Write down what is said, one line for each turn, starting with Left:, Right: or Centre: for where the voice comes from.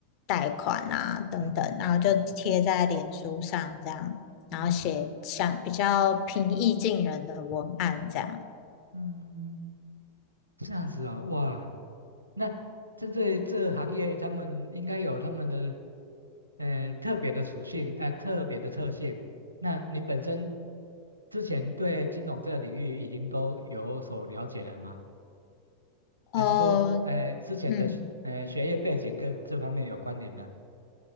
Left: 贷款啊等等，
Right: 嗯嗯嗯嗯
Left: 然后就贴在脸书上这样，
Right: 嗯
Left: 然后写像比较平易近人的文案这样。
Right: 嗯嗯。这样子哦，哇，那针对这行业，他们应该有他们的呃特别的属性，呃特别的特性。那您本身之前对金融这个领域已经都有所了解了吗？还是说，
Left: 哦，
Right: 呃之前的呃学业背景跟这方面有关联呢？
Left: 嗯。